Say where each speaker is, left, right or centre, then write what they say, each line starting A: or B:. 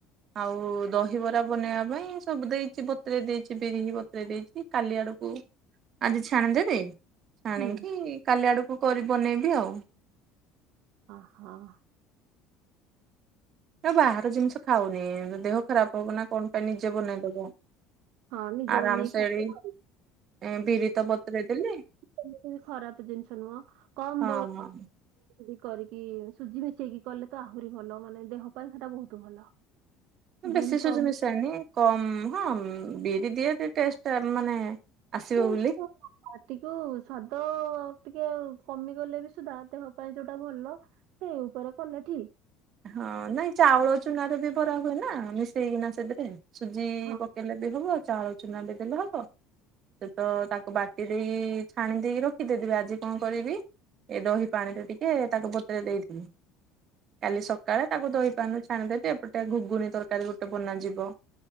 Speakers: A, on the right; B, on the right.
A: ଆଉ ଦହିବରା ବନେଇବା ପାଇଁ ସବୁ ଦେଇଛି ବତୁରେ଼ଇ ଦେଇଛି ବିରି ହ ବତୁରେଇ ଦେଇଛି କାଲି ଆଡକୁ ଆଜି ଛାଣିଦେବି ଛାଣିକି
B: ହୁଁ
A: କାଲି ଆଡକୁ କରି ବନେଇବି ଆଉ
B: ହଁ।
A: ନା ବାହାର ଜିନିଷ ଖାଉନି ଦେହ ଖରାପ ହବ ନା କଣ ପାଇଁ ନିଜେ ବନେଇଦବ।
B: ହଁ ନିଜ
A: ଆରାମସେ
B: ବନେଇକି
A: ଏଠି
B: ଖାଇଦବ ହଁ।
A: ଏ ବିରିତ ବତୁରେଇ ଦେଲି।
B: ଏମିତି ବି ଖରାପ ଜିନିଷ ନୁହଁ କମ
A: ହଁ
B: ବି କରିକି ସୁଜି ମିଶେଇକି କଲେ ତ ଆହୁରି ଭଲ ମାନେ ଦେହ ପାଇଁ ସେଟା ବହୁତ ଭଲ। ବିରି
A: ବେଶୀ ସୁଜି
B: କମ
A: ମିଶାଇନି କମ ହଁ ବିରି ଦିଏ ଟେଷ୍ଟ ମାନେ ଆସିବ
B: <inaudible>
A: ବୋଲି
B: ପାଟିକୁ ସ୍ଵାଦ ଟିକେ କମିଗଲେ ବି ସୁଧା ଦେହ ପାଇଁ ଯୋଉଟା ଭଲ ସେ ଉପରେ କଲେ ଠିକ।
A: ହଁ ନାଇଁ ଚାଉଳ ଚୁନାରେ ବି କରା ହୁଏ ନା ମିଶେଇକିନା ସେଥିରେ ସୁଜି
B: ହଁ
A: ପକେଇଲେ ବି ହବ ଚାଉଳ ଚୁନା ବି ଦେଲେ ହବ। ସେ ତ ତାକୁ ବାଟି ଦେଇକି ଛାଣି ଦେଇକି ରଖିଦେବି ଆଜି କଣ କରିବି? ଏ ଦହି ପାଣିରେ ଟିକେ ତାକୁ ବତୁରେଇ ଦେଇଥିବି। କାଲି ସକାଳେ ତାକୁ ଦହିପାଣିରୁ ଛାଣି ଦେଇବି ଏପଟେ ଘୁଘୁନି ତରକାରୀ ଗୋଟେ ବନାଯିବ।